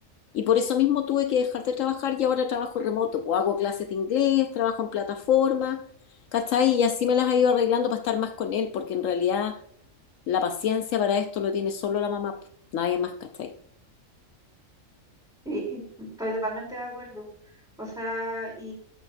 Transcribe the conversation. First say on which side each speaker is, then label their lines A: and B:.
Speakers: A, on the left (about 75°); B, in the centre.
A: Y por eso mismo tuve que dejar de trabajar y ahora trabajo remoto. Pues hago clases de inglés, trabajo en plataforma, ¿cachai? Y así me las he ido arreglando para estar más con él, porque en realidad la paciencia para esto lo tiene solo la mamá, pues, nadie más, ¿cachai?
B: Sí, estoy totalmente de acuerdo. O sea,